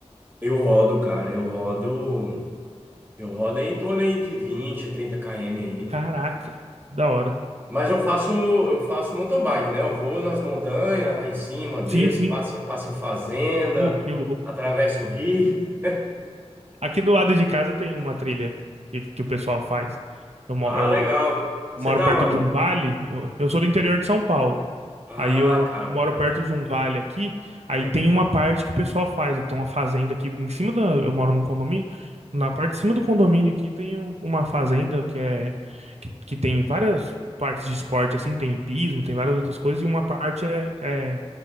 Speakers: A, on the right (about 20°); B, on the right (about 70°).
A: eu rodo, cara. Eu rodo, eu rodo em torno aí de vinte trinta km aí.
B: Caraca, da hora.
A: Mas eu faço, eu faço mountain bike, né? Eu vou nas montanhas, lá em cima, desço,
B: Sim, sim.
A: passo, em- passo em fazenda,
B: Pô, que louco.
A: atravesso o rio. <laughs>
B: Aqui do lado de casa tem uma trilha que, que o pessoal faz. Eu, mo-
A: Ah,
B: eu
A: legal. Você
B: moro
A: tá
B: perto
A: onde?
B: de um vale, eu, eu sou do interior de São Paulo.
A: Ah,
B: Aí eu
A: cara,
B: moro
A: pô.
B: perto de um vale aqui, aí
A: Ah,
B: tem uma parte que o pessoal faz, aqui tem uma fazenda aqui em cima da, eu moro num condomínio, na parte de cima do condomínio aqui tem um- uma fazenda que é que, que tem várias partes de esporte assim, tem hipismo, tem várias outras coisas e uma parte é é,